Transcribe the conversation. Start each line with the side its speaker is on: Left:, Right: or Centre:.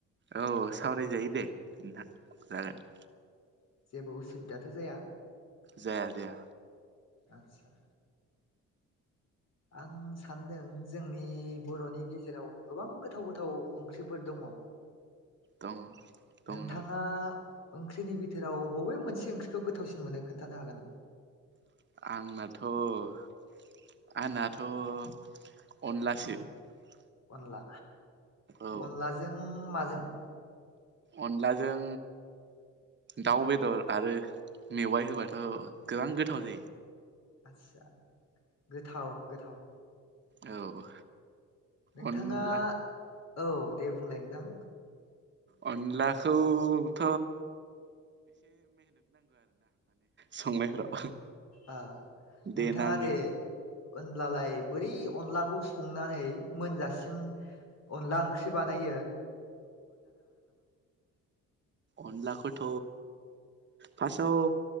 Right: औ सावरायजायो दे नोंथां जागोन।
Left: जेबो उसुबिदाथ' जाया?
Right: जाया जाया
Left: आतसा आं सानदों जोंनि बर'नि गेजेराव गोबां गोथाव गोथाव ओंख्रिफोर दङ।
Right: दङ दं
Left: नोंथाङा
Right: दं
Left: ओंख्रिनि बिथोराव बबे मोनसे ओंख्रिखौ गोथावसिन मोनो खोन्थानो हागोन?
Right: आंनाथ' <inaudible>
Left: अनला
Right: औ
Left: अनलाजों
Right: अनलाजों दाउ बेदर आरो मेवाइ होबाथ' गोबां गोथाव
Left: आसा गोथाव गोथाव
Right: औ
Left: नोंथाङा
Right: अनला
Left: औ दे बुंलाय नोंथां
Right: अनलाखौथ' संनायफ्राव
Left: औ
Right: देनांगौ
Left: नोंथाङा दे होनब्लालाय बोरै अनलाखौ संनानै मोनजासिम अनला ओंख्रि बानायो
Right: अनलाखौथ' पासाआव